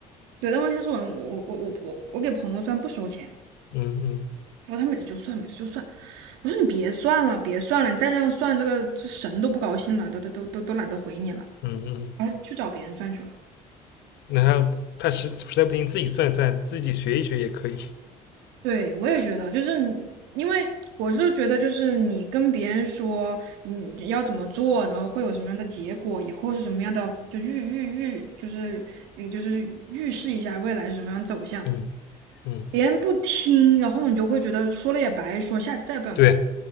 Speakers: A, on the right; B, on the left.
A: 对，但问题是我我我我我我给朋友算不收钱，
B: 嗯嗯
A: 然后他每次就算，每次就算，我说你别算了，别算了，你再这样算，这个这神都不高兴了，都都都都都懒得回你了，
B: 嗯嗯，
A: 而去找别人算去了。
B: 那他他实实在不行自己算一算，自己学一学也可以。
A: 对，我也觉得，就是因为我是觉得，就是你跟别人说你要怎么做，然后会有什么样的结果，以后是什么样的，就预预预，就是呃就是预示一下未来是什么样的走向。
B: 嗯嗯，
A: 别人不听，然后你就会觉得说了也白说，下次再也不想干。
B: 对。